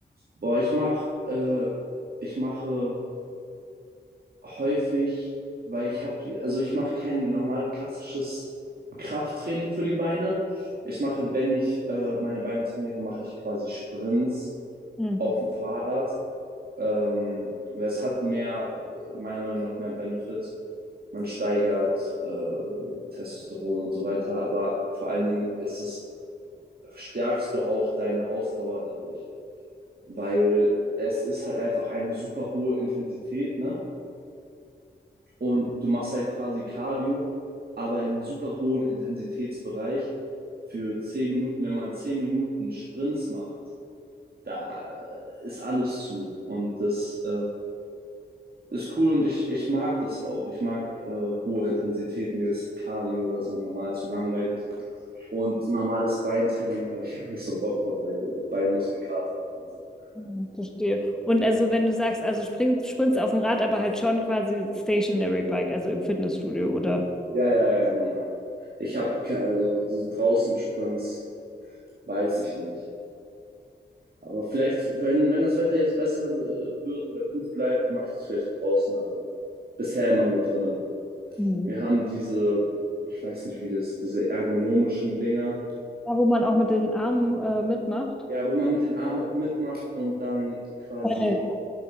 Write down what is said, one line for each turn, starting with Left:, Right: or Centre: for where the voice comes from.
Right: Boah, ich mache, äh, ich mache häufig, weil ich habe, also ich mache kein normales klassisches Krafttraining für die Beine. Ich mache, wenn ich äh, meine Beine trainiere, mache ich quasi Sprints
Centre: Mhm.
Right: auf dem Fahrrad. Ähm, es hat mehr, meiner Meinung nach, mehr Benefits. Man steigert äh, Testosteron und so weiter, aber vor allen Dingen ist es, stärkst du auch deine Ausdauer dadurch, weil es ist halt einfach eine super hohe Intensität, ne? Und du machst halt quasi Cardio, aber im super hohen Intensitätsbereich. Für 10 Minuten, wenn man 10 Minuten Sprints macht, da ist alles zu. Und das äh, ist cool und ich, ich mag das auch. Ich mag äh, hohe Intensität. Mir ist Cardio oder so normal zu langweilig. Und normales Beintraining habe ich <laughs> immer nicht so Bock drauf, weil Beinmuskelkater und so.
Centre: Mhm, Verstehe. Und also wenn du sagst, also springst, springst auf dem Rad, aber halt schon quasi Stationary Bike, also im Fitnessstudio, oder?
Right: Ja, ja, ja, normal. Ich habe also, so draußen Sprints, weiß ich nicht. Aber vielleicht, wenn, wenn das Wetter jetzt besser äh, wird oder gut bleibt, mache ich das vielleicht auch draußen, aber bisher immer nur drinnen.
Centre: Mhm.
Right: Wir haben diese, ich weiß nicht wie das, diese ergonomischen Dinger,
Centre: Da, wo man auch mit den Armen äh, mitmacht.
Right: ja, wo man mit den Armen auch mitmacht und dann quasi
Centre: Weil-